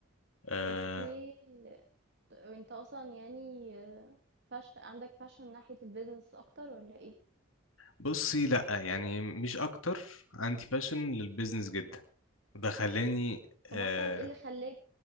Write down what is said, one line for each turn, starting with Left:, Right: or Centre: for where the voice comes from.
Left: أه
Right: اوكي وانت اصلا يعني باش عندك باشن ناحية البيزنس اكتر ولا ايه
Left: بصي لأ يعني مش أكتر عندي باشن للبيزنس جدا ده خلاني آه،
Right: طب اصلا ايه اللي خلاك